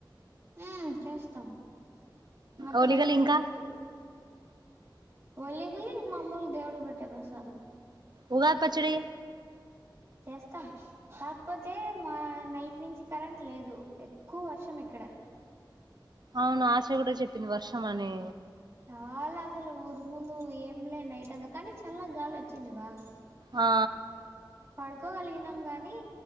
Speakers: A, on the right; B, on the right.
A: ఉ చేస్తాం మాతగాన్నీ
B: ఓలిగలు ఇంకా
A: వచ్చు ఒలిగాలు ఇంగ మామూలు దేవుడికి పెటే ప్రసాదం
B: ఉగాది పచ్చడి
A: చేస్తాం కాకపోతే మా నైట్ నుంచి కరెంట్ లేదు ఎక్కువ వర్షం ఇక్కడ
B: అవున ఆశ కూడా చెప్పింది వర్షం అని
A: చాలా అసలు ఊర్ములు ఏ మ్లీ నైట్ అంత కానీ చల్ల గాలి వచ్చింది బాగా
B: ఆ
A: పడుకోగలిగినం గానీ